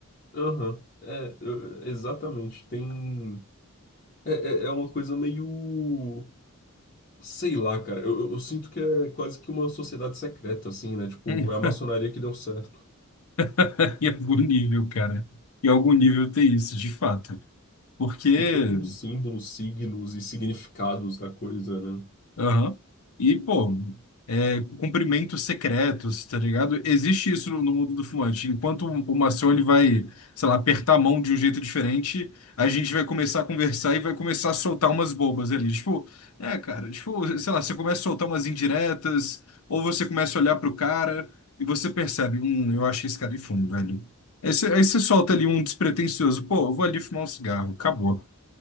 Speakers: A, on the left (about 40°); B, on the left (about 80°).
A: aham. É, eu- exatamente. Tem. É, é, é uma coisa meio. Sei lá, cara. Eu, eu- eu sinto que é quase que uma sociedade secreta, assim, né? Tipo,
B: <laughs>
A: é a maçonaria que deu certo.
B: <laughs> Em algum nível, cara. Em algum nível tem isso, de fato. Porque
A: Tem todos os símbolos, signos e significados da coisa, né?
B: Aham. E, pô, é, cumprimentos secretos, tá ligado? Existe isso no no mundo do fumante. Enquanto o o Maciel ele vai, sei lá, apertar a mão de um jeito diferente, a gente vai começar a conversar e vai começar a soltar umas bobas ali. Tipo, é, cara, tipo, sei lá, você começa a soltar umas indiretas, ou você começa a olhar pro cara e você percebe, hum, eu acho que esse cara de fumo, velho. Aí você, aí você solta ali um despretensioso, pô, eu vou ali fumar um cigarro, acabou.